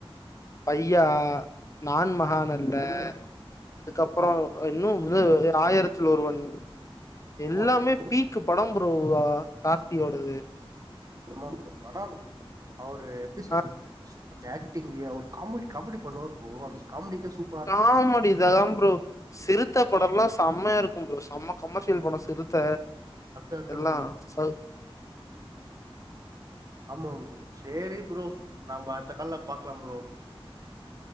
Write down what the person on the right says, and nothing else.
ஆமா ப்ரோ
ஆமா
ப்ரோ
ஆமா ப்ரோ படம் அவ்ரு எப்டி சொல்றது
அந்த ஆக்டிங்கு அவுர் காமடி காமடி பண்ணுவாரு ப்ரோ அந்த காம்டிக்கா சூ
அத்த அத்த
ப்ரோ
ஆமா ப்ரோ சேரி ப்ரோ நம்ப அடுத்த கால்ல பாக்லா ப்ரோ